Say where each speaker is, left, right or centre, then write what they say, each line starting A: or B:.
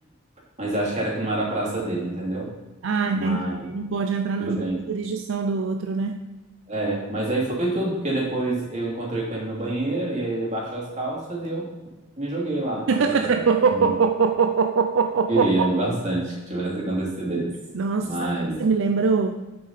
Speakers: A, on the right; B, on the right.
A: Mas acho que era que não era a praça dele, entendeu?
B: Ah, entendi.
A: Mas
B: Ele Não pode entrar
A: tudo
B: na ju-
A: bem.
B: jurisdição do outro, né?
A: É, mas aí foi tudo, porque depois eu encontrei com ele no banheiro e aí ele baixou as calças e eu me joguei lá. Tô
B: <laughs>
A: brincando. Hum. Queria bastante que tivesse acontecido isso.
B: Nossa,
A: Mas,
B: sabe o que você me lembrou